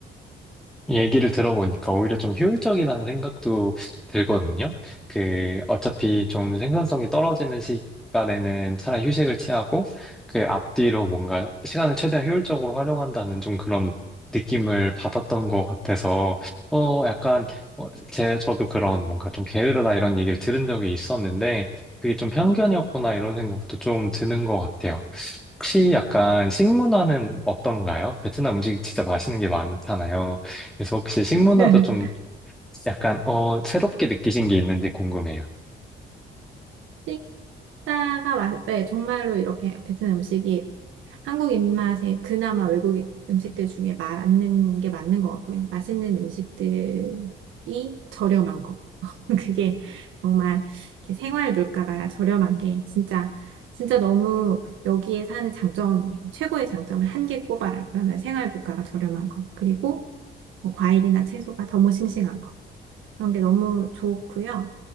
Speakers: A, in the centre; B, on the right.
A: 얘기를 들어보니까 오히려 좀 효율적이라는 생각도 들거든요. 그, 어차피 좀 생산성이 떨어지는 시간에는 차라리 휴식을 취하고, 그 앞뒤로 뭔가 시간을 최대한 효율적으로 활용한다는 좀 그런 느낌을 받았던 것 같아서, 어, 약간, 어, 제, 저도 그런 뭔가 좀 게으르다 이런 얘기를 들은 적이 있었는데, 그게 좀 편견이었구나 이런 생각도 좀 드는 것 같아요. 혹시 약간 식문화는 어떤가요? 베트남 음식 진짜 맛있는 게 많잖아요. 그래서 혹시 식문화도
B: <laughs>
A: 좀 약간 어 새롭게 느끼신 게 있는지 궁금해요.
B: 식사가 맛, 네, 정말로 이렇게 베트남 음식이 한국 입맛에 그나마 외국 음식들 중에 맞는 게 맞는 것 같고요. 맛있는 음식들이 저렴한 거. <laughs> 그게 정말 이렇게 생활 물가가 저렴한 게 진짜, 진짜 너무 여기에 사는 장점이에요. 최고의 장점을 한 개 꼽아라. 그러면 생활 물가가 저렴한 거. 그리고 뭐 과일이나 채소가 너무 싱싱한 거. 그런 게 너무 좋고요.